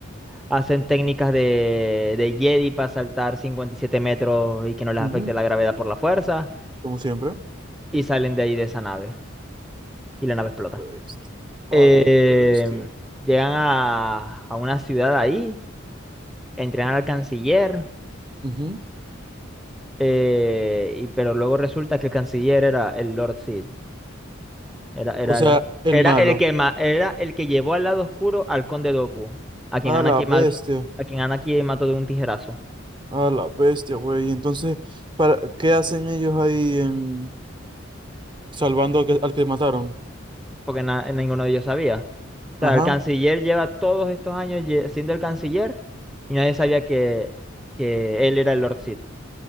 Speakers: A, in the centre; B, on the right.
A: hacen técnicas de, de Jedi para saltar 57 metros y que no les
B: Ujú,
A: afecte la gravedad por la fuerza,
B: Como siempre.
A: y salen de ahí de esa nave, y la nave explota.
B: Bestia.
A: Eh,
B: A la bestia.
A: llegan a, a una ciudad ahí, entrenan al canciller,
B: Ujú.
A: eh, y, pero luego resulta que el canciller era el Lord Sid Era, era,
B: O sea,
A: la-
B: el
A: era
B: malo.
A: el que ma- era el que llevó al lado oscuro al conde Doku, a quien
B: A
A: Anakin,
B: la
A: ma-
B: bestia,
A: a quien Anakin mató de un tijerazo,
B: a la bestia, güey. Y Entonces, para, ¿qué hacen ellos ahí en salvando al que, al que mataron?
A: porque na- ninguno de ellos sabía. O sea,
B: Ajá.
A: el canciller lleva todos estos años lle- siendo el canciller y nadie sabía que, que él era el Lord Sith.